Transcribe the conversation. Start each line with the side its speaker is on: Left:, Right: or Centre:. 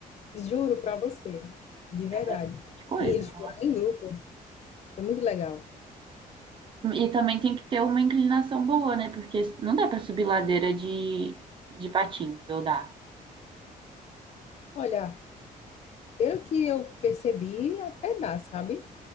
Left: Juro para você, de verdade.
Right: é bastante coisa,
Left: E eles foram
Right: nossa.
Left: em grupo, foi muito legal.
Right: E também tem que ter uma inclinação boa, né? Porque não dá pra subir ladeira de, de patins, ou dá?
Left: Olha, pelo que eu percebi, até dá, sabe?